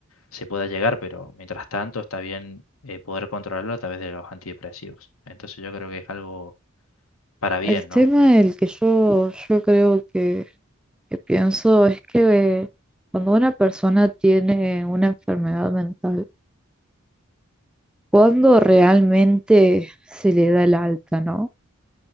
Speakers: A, on the left; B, in the centre.
A: se pueda llegar, pero mientras tanto está bien eh, poder controlarlo a través de los antidepresivos. Entonces yo creo que es algo para bien,
B: El tema
A: ¿no?
B: el que yo, yo creo que, que pienso es que cuando una persona tiene una enfermedad mental, cuando realmente se le da el alta, ¿no?